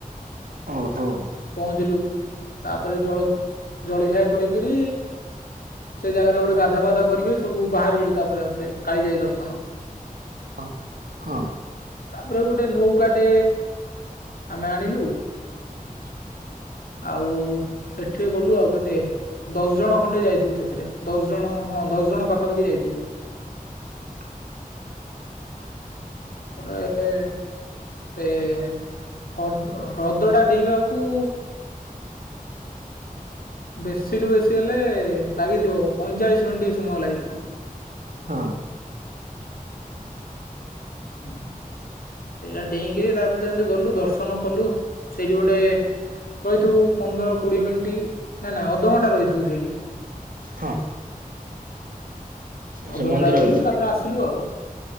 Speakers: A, on the right; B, on the left.
A: ଓହୋଃ।
B: ପହଞ୍ଚିଲୁ, ତାପରେ ଜଳଖ୍ ଜଳଖିଆ କହିକିରି ସେଇ ଜାଗାରେ ଗୋଟେ ଗାଧାପାଧା କରିକି ସବୁ ବାହାରିଲୁ ତାପରେ ଆଉଥରେ କାଳିଜାଇ ଦର୍ଶନ।
A: ହଁ ହଁ।
B: ତାପରେ ଗୋଟେ ନୌକାଟେ ଆମେ ଆଣିଲୁ।
A: <unintelligible>
B: ଆଉ ସେଠି ଗଲୁ ଆଉ କେତେ ଦଶ ଜଣ ଖଣ୍ଡେ ଯାଇଥିବୁ ସେଥିରେ ଦଶ ଜଣ ହଁ ଦଶ ଜଣ ପାଖାପାଖି ଯାଇଥିବୁ।
A: <unintelligible>
B: ଗୋଟେ ଏ-ଏ ସେ ହଡ ହ୍ରଦଟା ଡେଇଁବାକୁ ବେଶୀଠୁ ବେଶୀ ହେଲେ ଲାଗିଥିବ ପଇଁଚାଳିଶ ମିନିଟ୍ ସମୟ ଲାଗିଥିବ।
A: ହଁ।
B: ହୁଁ। ସେଇଟା ଡେଇଁକିରି ତାପରେ ତ ଏମିତି ଗଲୁ ଦର୍ଶନ କଲୁ। ସେଇଠି ଗୋଟେ ରହିଥିବୁ ପନ୍ଦର କୋଡିଏ ମିନିଟ୍ ନା-ନା ଅଧଘଣ୍ଟା ରହିଥିବୁ ସେଇଠି।
A: ହଁ। ସେ
B: ଅଧଘଣ୍ଟା
A: ମନ୍ଦିର
B: ରହିଲୁ
A: ଭିତରେ
B: ତାପରେ ଆସିଲୁ ଆଉ।